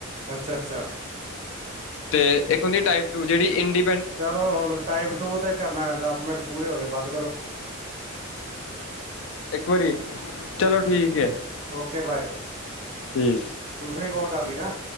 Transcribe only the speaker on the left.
ਤੇ ਇੱਕ ਹੁੰਦੀ ਏ ਟਾਈਪ ਟੂ ਜਿਹੜੀ ਇੰਡੀ
ਇੱਕ ਵਾਰੀ, ਚਲੋ ਠੀਕ ਹੈ।
ਠੀਕ ਹੈ